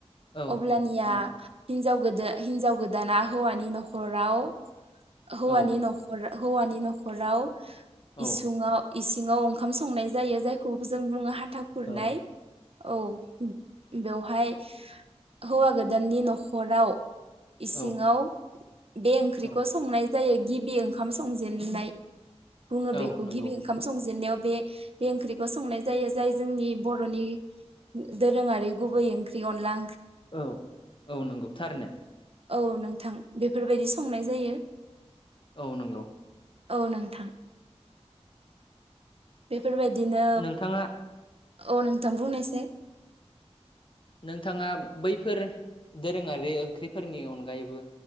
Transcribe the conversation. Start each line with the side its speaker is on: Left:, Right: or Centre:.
Left: औ
Right: अब्लानिया
Left: औ बुं
Right: हिनजाव गोदा हिनजाव गोदाना हौवानि नखराव हौवानि।
Left: औ
Right: न'खर हौवानि नखराव
Left: औ
Right: इसुङाव।
Left: औ
Right: इसिङाव ओंखाम संनाय जायो जायखौ जों बुङो हाथा खुरनाय
Left: औ
Right: औ। बेवहाय हौवा गोदाननि नखराव।
Left: औ
Right: इसिङाव बे ओंख्रिखौ
Left: औ
Right: संनाय जायो। गिबि ओंखाम संजेेननाय बुङो
Left: औ
Right: बेखौ
Left: नंगौ
Right: गिबि ओंखाम संजेनायाव बे बे ओंख्रिखौ संनाय जायो जाय जोंनि बरनि दोरोङारि गुबै ओंख्रि अनदला।
Left: औ औ नंगौ थारनो।
Right: औ नोंथां बेफोरबायदि संनाय जायो।
Left: औ नंगौ
Right: औ नोंथां बेफोरबायदिनो
Left: नोंथाङा
Right: औ नोंथां बुंनायसै?
Left: नोंथाङा बैफोर दोरोङारि ओंख्रिफोरनि अनगायैबो।